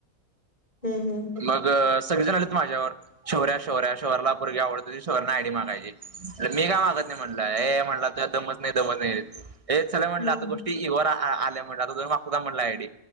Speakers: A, on the left (about 30°); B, on the right (about 30°).
A: हम्म हम्म
B: मग अ. सगळे जण आलीत. माझ्यावर शौर्या शौर्या शोहरला पोरगी आवडती, शोहरने आय डी मागायची मी काय मागत नाही? म्हटलंय ए म्हटला तुज्यात दमच नाही दम नाहीच हे चला म्हटलं
A: हम्म
B: आता गोष्टी यू वरा आलिया म्हणल आता तुझ मागतो थांब म्हणल आय डी